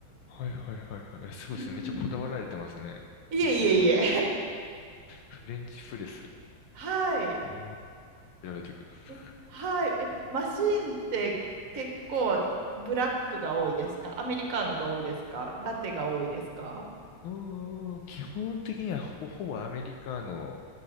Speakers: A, on the left; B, on the right.
A: はいはいはいはい。えすごいですね。
B: うん。
A: めっちゃこだわられてますね。
B: いえいえいえ。
A: うんうんうんうんフレンチプレス。
B: <laughs> はい。
A: えー調べときます。
B: えはい。え、マシーンって結構ブラックが多いですかアメリカーノが多いですかラテが多いですか
A: うーん基本的にはほぼほぼアメリカの